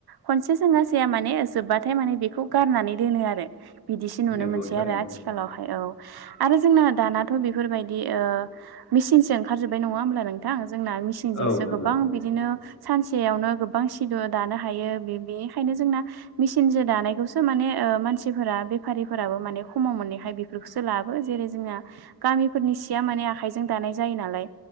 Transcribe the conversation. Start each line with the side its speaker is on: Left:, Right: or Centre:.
Right: खनसेजोङा जाया माने जोब्बाथाय माने बेखौ गारनानै दोनो आरो बिदिसो नुनो
Left: नोंगौ
Right: मोनो। मोनसै
Left: थारैनो
Right: आरो आथिखालाव हाय औ आरो जोंना दानाथ' बेफोरबादि मिसिनजों आथिखालावथ'। जाजोब्बाय नङा होमब्ला नोंथां जोंना मिसिनजोंसो
Left: औ नोंगौ
Right: गोबां बिदिनो सानसेयावनो गोबां सि दानो हायो बेनिखायनो जोंना मिसिनजों दानायखौसो माने। माने ओ मानसिफोरा बेफारिफोराबो खमाव मोननायखाय बेफोरखौसो लायो जेरै जोंना गामिफोरनिया। नि सिया माने आखाइ जों दानाय जायो नालाय